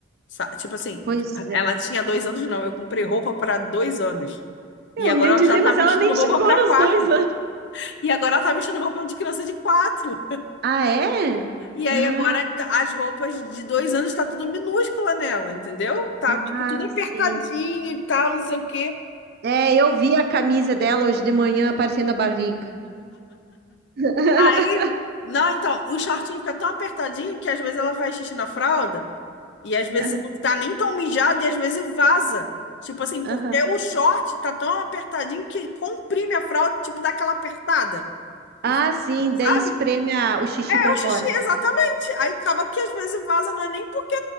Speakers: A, on the left; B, on the right.
A: Sa- Tipo assim,
B: Pois é.
A: ela tinha dois anos, não. Eu comprei roupa pra dois anos.
B: Eu
A: E agora
B: ia
A: ela
B: dizer,
A: já tá
B: mas
A: vestindo
B: ela nem
A: roupa
B: chegou
A: pra
B: nos
A: quatro.
B: dois anos.
A: E agora ela tá vestindo roupa de criança de quatro.
B: Ah, é?
A: E aí
B: Ah,
A: agora t- as roupas de dois anos tá tudo minúscula nela, entendeu? Tá
B: ah,
A: tipo tudo apertadinho
B: sim.
A: e tal, não sei o quê.
B: É, eu vi a camisa dela hoje de manhã aparecendo a barriga. <laughs>
A: Aí, não, então, o shortinho fica tão apertadinho que às vezes ela faz xixi na fralda e às vezes
B: Aham.
A: não tá nem tão mijada e às vezes vaza. Tipo assim, porque
B: aham.
A: o short tá tão apertadinho que comprime a fralda, tipo, dá aquela apertada.
B: Ah,
A: E,
B: sim,
A: sabe?
B: daí espreme a- o xixi
A: É
B: pra
A: o
B: fora.
A: xixi, exatamente. Aí acaba que às vezes vaza, não é nem porque